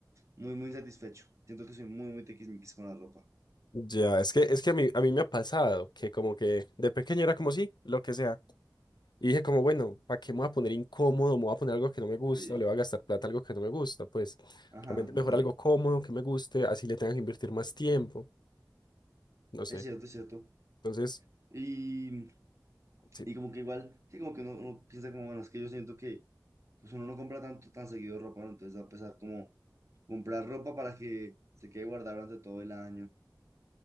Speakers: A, on the right; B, on the left.
A: muy, muy insatisfecho. Siento que soy muy, muy tiquismiquis con la ropa.
B: Ya, es que, es que a mí, a mí me ha pasado que como que de pequeño era como sí, lo que sea. Y dije como, bueno, ¿para qué me voy a poner incómodo? ¿Me voy a poner algo que no me gusta?
A: Sí.
B: ¿O le voy a gastar plata a algo que no me gusta? Pues
A: Ajá,
B: realmente mejor
A: total.
B: algo cómodo, que me guste, así le tenga que invertir más tiempo. No sé.
A: Es cierto, es cierto.
B: Entonces,
A: Y,
B: sí,
A: y como que igual, sí, como que uno, uno piensa como, bueno, es que yo siento que pues uno no compra tanto, tan seguido ropa, ¿no? Entonces va a pesar como comprar ropa para que se quede guardada durante todo el año.